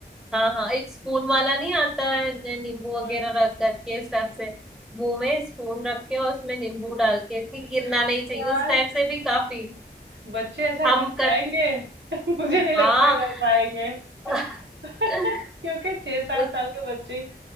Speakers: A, in the centre; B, on the right.
A: हाँ हाँ एक स्पून वाला नहीं आता है जो नींबू
B: कौन
A: वगैरह
B: सा
A: रख करके इस टाइप से मुंह में स्पून रख के और उसमें नींबू डाल के कि गिरना
B: <laughs>
A: नहीं चाहिए
B: यार
A: उस टाइप से भी काफी
B: बच्चे ऐसा
A: हम
B: कर
A: कर
B: पाएंगे <laughs> मुझे नहीं लगता
A: हाँ
B: है कर पाएंगे <laughs>
A: <laughs>
B: क्योंकि छह सात
A: उस
B: साल के बच्चे ही-